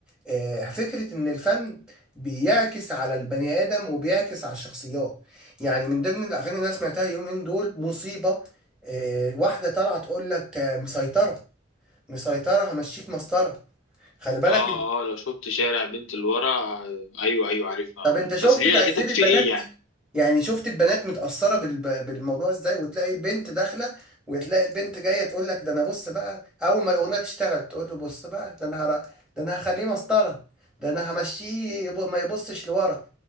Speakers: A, in the centre; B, on the left.
A: آه، فكرة إن الفن بيعكس على البني آدم وبيعكس على الشخصيات يعني من ضمن الأغاني اللي أنا سمعتها اليومين دول مصيبة آه، واحدة طالعة تقول لك آه، مسيطرة مسيطرة همشيك مسطرة خلي بالك
B: اه اه لو شفت شارع بنت الورى آه، ايوه ايوه عارفها
A: طب
B: اه
A: أنت شفت
B: بس دي
A: تأثير
B: لقيتك في
A: البنات
B: ايه يعني
A: يعني شفت البنات متأثرة بالب- بالموضوع ازاي وتلاقي البنت داخلة وتلاقي البنت جاية تقول لك ده انا بص بقى اول ما الأغنية تشتغل تقول له بص بقى ده انا هر... ده انا هخليه مسطرة ده انا همشيه يب... ما يبصش لورا